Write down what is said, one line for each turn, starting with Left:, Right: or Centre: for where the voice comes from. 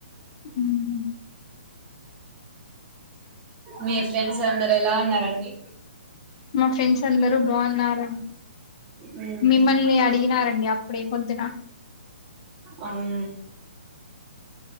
Left: హ్మ్
Right: మీ ఫ్రెండ్స్ అందరు ఎలా ఉన్నారండి
Left: మా ఫ్రెండ్స్ అందరు బాగున్నారు
Right: మ్మ్
Left: మిమ్మల్ని అడిగినారంండి అప్పుడే పొద్దున
Right: అన్